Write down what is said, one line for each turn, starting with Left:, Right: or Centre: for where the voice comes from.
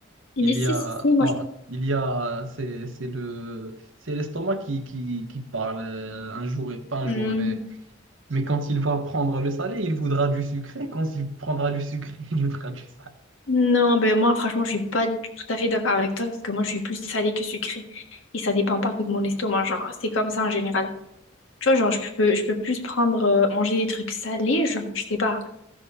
Left: si,
Right: il
Left: si,
Right: y a,
Left: si, si, moi,
Right: attends,
Left: je-
Right: il y a, c'est, c'est le, c'est l'estomac qui, qui, qui parle euh, un jour et pas un
Left: Hmm.
Right: jour. Mais, mais quand il va prendre le salé, il voudra du sucré. Quand il prendra du sucré, <laughs> il voudra du salé.
Left: Non, ben moi, franchement, je suis pas tout à fait d'accord avec toi parce que moi, je suis plus salée que sucrée. Et ça dépend pas que de mon estomac, genre, c'est comme ça en général. Tu vois, genre, je peux, je peux plus prendre, euh, manger des trucs salés, genre, je sais pas.